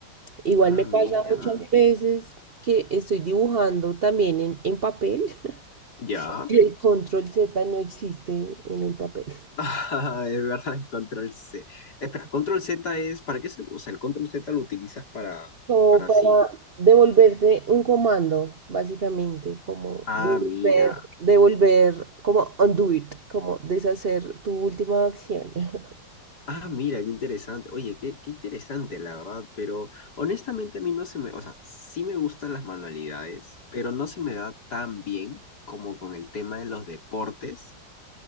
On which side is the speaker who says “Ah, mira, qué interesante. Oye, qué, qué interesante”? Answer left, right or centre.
Left